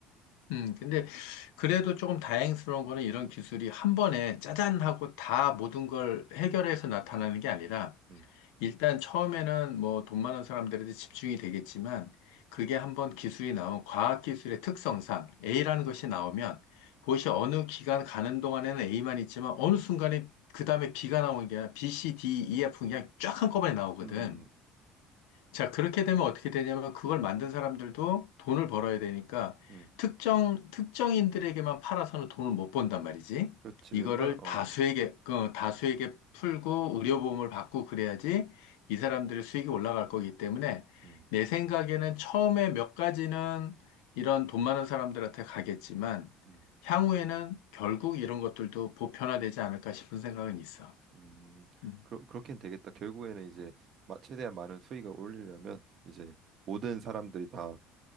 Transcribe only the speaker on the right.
음.
음,
음,
그렇지.
웬만, 어,
음,
음,
음,
그러, 그렇긴 되겠다. 결국에는 이제 마- 최대한 많은 수익을 올리려면 이제 모든 사람들이 다,